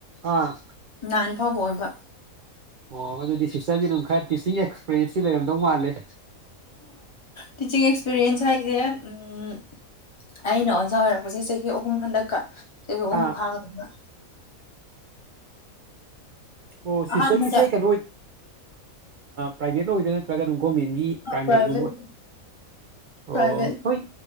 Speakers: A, on the right; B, on the left.
A: ꯑꯥ
B: ꯅꯥꯏꯟ ꯐꯥꯎꯕ ꯑꯣꯏꯕ
A: ꯑꯣ ꯑꯗꯨꯗꯤ ꯁꯤꯁꯇꯔꯖꯦ ꯑꯗꯨꯝ ꯈꯔ ꯇꯤꯆꯤꯡ ꯑꯦꯛꯁꯄꯔꯦꯟꯁꯇꯤ ꯂꯩꯔꯝꯗꯧ ꯃꯥꯜꯂꯦ
B: ꯇꯤꯆꯤꯡ ꯑꯦꯛꯁꯄꯤꯔꯤꯌꯦꯟꯁ ꯍꯥꯏꯁꯦ ꯎꯝ ꯑꯩꯅ ꯑꯣꯖꯥ ꯑꯣꯏꯔꯛꯄꯁꯦ ꯆꯍꯤ ꯑꯍꯨꯝ ꯍꯟꯗꯛꯀꯥ ꯆꯍꯤ ꯑꯍꯨꯝ
A: ꯑꯥ
B: ꯐꯥꯒꯗꯣꯏꯕ
A: ꯑꯣ ꯁꯤꯁꯇꯔꯒꯤꯁꯦ
B: ꯑꯍꯥꯟꯕꯗ
A: ꯀꯩꯅꯣ ꯑꯣꯏ ꯄ꯭ꯔꯥꯏꯚꯦꯠꯇ ꯑꯣꯏꯗꯣꯏ ꯅꯠꯇ꯭ꯔꯒ ꯑꯗꯨꯝ ꯒꯣꯃꯦꯟꯒꯤ ꯄꯔꯥꯏꯃꯥꯔꯤꯒꯨꯝꯕ
B: ꯄ꯭ꯔꯥꯏꯚꯦꯠ
A: ꯑꯣꯏ ꯑꯣ
B: ꯄ꯭ꯔꯥꯏꯚꯦꯠ
A: ꯍꯣꯏ